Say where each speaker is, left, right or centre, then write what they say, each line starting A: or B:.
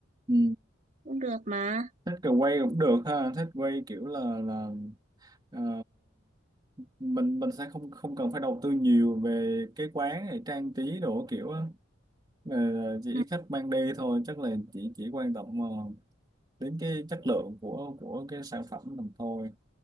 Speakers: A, on the right; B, on the right.
A: ừ
B: cũng được mà
A: thích kiểu quay cũng được ha thích quay kiểu là là ờ, mình mình sẽ không không cần phải đầu tư nhiều về cái quán này trang trí đồ kiểu á. Ờ, chỉ
B: ừ,
A: khách mang đi thôi chắc là chỉ chỉ quan tâm ờ, đến cái chất lượng của của cái sản phẩm mình thôi